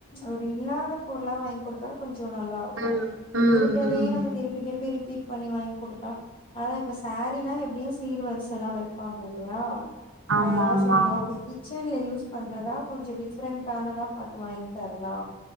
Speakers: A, on the left; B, on the right.
A: ஒரு இல்லாத பொருளா வாங் குடுத்தா கொஞ்சோ நல்லாரு
B: ம் ம்
A: இருக்கறதே
B: ம்
A: நம்ம திருப்பி திருப்பி ரிப்பீட் பண்ணி வாங்கிகுடுத்தா அதா இப்ப சாரீன்னா எப்டியு சீர் வர்சலாம் வெப்பாங்க இல்லையா
B: ஆமா
A: அதல்லா
B: ஆமா
A: செரி ஓகே கிச் கிச்சன்ல யூஸ் பண்றதா கொஞ்சோ டிஃப்ரெண்டானதா பாத்து வாங்கி தர்லா